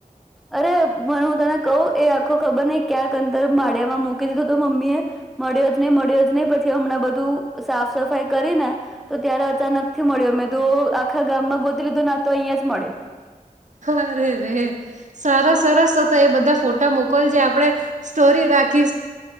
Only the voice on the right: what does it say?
અરે રે સરસ સરસ તો તો એ બધા ફોટા મોકલજે આપણે સ્ટોરી રાખ